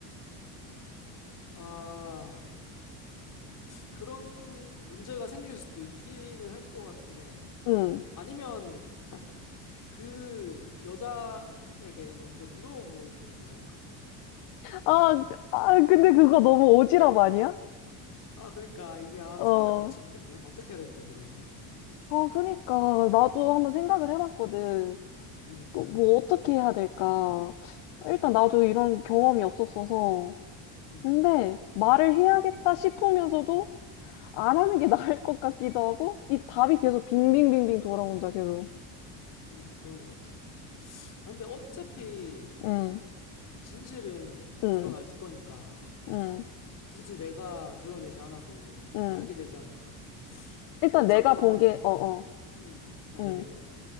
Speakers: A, on the left (about 45°); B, on the left (about 75°).
A: 아, 그런 문제가 생길 수도 있기는 할 것 같은데.
B: 응.
A: 아니면 그 여자에게 먼저 물어보면 되지 않을까?
B: 아, 아, 근데 그거 너무 오지랖 아니야?
A: 아, 그러니까 이게 아,
B: 어.
A: 선을 못 지키겠네. 어떻게 해야 될지 모르겠네.
B: 아, 그니까. 나도 한번 생각을 해봤거든.
A: 음,
B: 그뭐
A: 음,
B: 어떻게 해야 될까. 일단
A: 음,
B: 나도 이런 경험이 없었어서.
A: 음,
B: 근데 말을 해야겠다
A: 음,
B: 싶으면서도 안
A: 음,
B: 하는 게 <laughs> 나을 것 같기도 하고 이 답이 계속 빙빙빙빙 돌아온다 계속.
A: 음, 그런 것 같아. 아, 근데 어차피
B: 응,
A: 진실은
B: 응,
A: 드러날 거니까
B: 응,
A: 굳이 내가 드러내지 않아도
B: 응.
A: 알게 되지 않을까.
B: 일단
A: 어쩌면,
B: 내가 본 게, 어, 어,
A: 음, 어,
B: 응.
A: 얘기해봐.